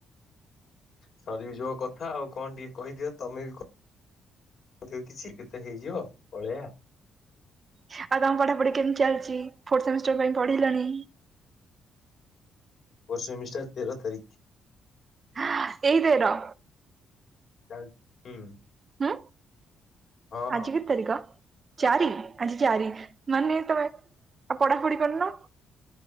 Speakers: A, on the left; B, on the right.
A: ସରିବି ଯିବ କଥା ଆଉ କଣ ଟିକେ କହିଦିଅ? ତୋମେ ବି କ- <inaudible> କିଛି କ ଥା ହେଇଯିବ ପଳେଇଆ।
B: ହଁ ଆଉ ତୋମ ପଢାପଢି କେମିତି ଚାଲିଛି? ଫୋର୍ ସେମିଷ୍ଟାର ପାଇଁ ପଢିଲଣି?
A: ଫୋର୍ ସେମିଷ୍ଟାର ତେର ତାରିଖ।
B: ହଁ ଏଇ ତେର?
A: ଚାଲ ହୁଁ,
B: ହୁଁ,
A: ହଁ
B: ଆଜି କେତେ ତାରିଖ ଚାରି ଆଜି ଚାରି। ମାନେ ତୋମେ ଆଉ ପଢାପଢି କରୁନ।